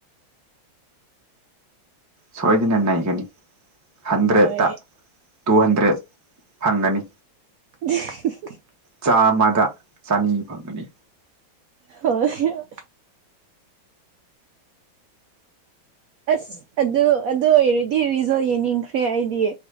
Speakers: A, on the right; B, on the right.
A: ꯁꯣꯏꯗꯅ ꯅꯩꯒꯅꯤ ꯍꯟꯗ꯭ꯔꯦꯠꯇ
B: ꯍꯣꯏ
A: ꯇꯨ ꯍꯟꯗ꯭ꯔꯦꯠ ꯐꯪꯒꯅꯤ
B: <unintelligible>
A: ꯆꯥꯝꯃꯗ ꯆꯅꯤ ꯐꯪꯒꯅꯤ
B: ꯍꯣꯏ ꯑꯁ ꯑꯗꯨ ꯑꯗꯨ ꯑꯣꯏꯔꯗꯤ ꯔꯤꯖꯜ ꯌꯦꯡꯅꯤꯡꯈ꯭ꯔꯦ ꯑꯩꯗꯤ